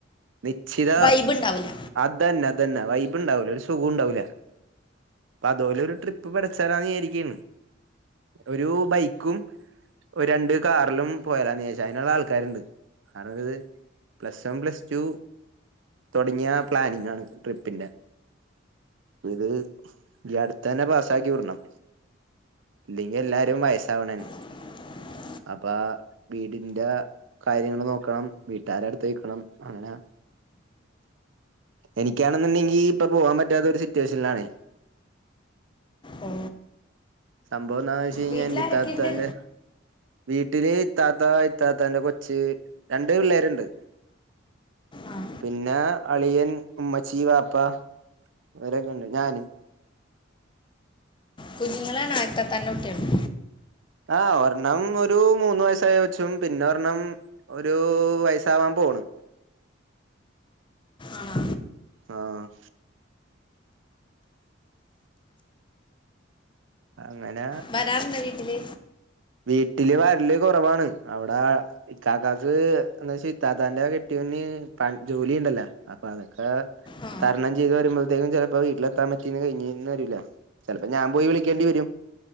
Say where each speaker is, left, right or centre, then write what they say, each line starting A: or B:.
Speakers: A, on the right (about 75°); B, on the left (about 25°).
A: നിശ്ചിത
B: വൈബ് ഉണ്ടാവില്ല
A: അതന്നെ അതന്നെ വൈബ് ഉണ്ടാവൂല ഒരു സുഖം ഉണ്ടാവൂല. പ്പൊ അതോലെ ഒരു ട്രിപ്പ് പടച്ചാലാന്ന് വിചാരിക്കാണ് ഒരു ബൈക്കും. ഒരു രണ്ട് കാറിലും പോയാലോന്നാച്ചെ അയിന്ള്ള ആൾക്കാരുണ്ട് അതായത്. പ്ലസ് വൺ, പ്ലസ് ടു തൊട്ങ്ങിയ പ്ലാനിങ്ങ് ആണ് ട്രിപ്പിന്റെ. ഇത് ഈ അട്ത്തന്നെ പാസ്സാക്കി വിടണം. ഇല്ലെങ്കി എല്ലാരും വയസ്സാവണെണ്
B: <inaudible>
A: അപ്പൊ വീടിന്റെ കാര്യങ്ങൾ നോക്കണം വീട്ടുകാരെ അടുത്ത് നിക്കണം അങ്ങനെ എനിക്കാണെന്നുണ്ടെങ്കി ഇപ്പൊ പോവാൻ പറ്റാത്ത ഒരു സിറ്റുവേഷനിലാണേ
B: ഓ
A: സംഭവം എന്താന്ന് വെച്ച് കഴിഞ്ഞാല്
B: വീട്ടിലാരൊക്കെ
A: ഇത്താത്താന്റെ
B: ഉണ്ട്
A: വീട്ടില് ഇത്താത്ത ഇത്താത്തന്റെ കൊച്ച് രണ്ട് പിള്ളേരുണ്ട്.
B: ആഹ്
A: പിന്ന അളിയൻ ഉമ്മച്ചി വാപ്പ ഇവരൊക്കെ ഉണ്ട് ഞാന്
B: കുഞ്ഞുങ്ങളെണോ ഇത്തത്താന്റെ കുട്ടിയാള്
A: ആഹ് ഒരെണ്ണം ഒരു മൂന്ന് വയസ്സായ കൊച്ചും പിന്നെ ഒരെണ്ണം- ഒരു വയസാവാൻ പോണ്
B: ആണോ
A: ആഹ് അങ്ങന
B: വരാറുണ്ട വീട്ടില്
A: വീട്ടില് വരല് കുറവാണ് അവട ഇക്കാക്കാക്ക് എന്താ വെച്ച ഇത്താത്താന്റെ കെട്ടിയോന് ജോലി ഉണ്ടല്ലോ അപ്പൊ അതൊക്കെ
B: ആ
A: തരണം ചെയ്ത് വരുമ്പോഴത്തേക്കും ചിലപ്പോ വീട്ടിലെത്താൻ പറ്റീന്ന് കഴിഞ്ഞന്ന് വരൂല്ല ചിലപ്പോ ഞാൻ പോയി വിളിക്കേണ്ടി വരും